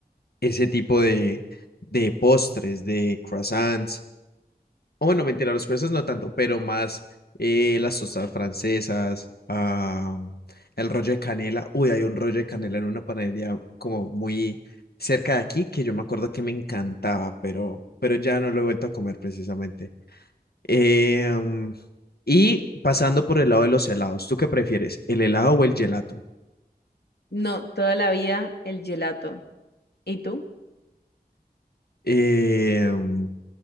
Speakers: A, on the left; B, on the left.
A: ese tipo de, de postres, de croissants o bueno, mentira, los persas no tanto, pero más eh, las tostas francesas, ah, el rollo de canela. Uy, hay un rollo de canela en una panadería como muy cerca de aquí que yo me acuerdo que me encantaba, pero, pero ya no lo he vuelto a comer precisamente. Em, y pasando por el lado de los helados, ¿tú qué prefieres, el helado o el gelato?
B: No, toda la vida el gelato. ¿Y tú?
A: Em,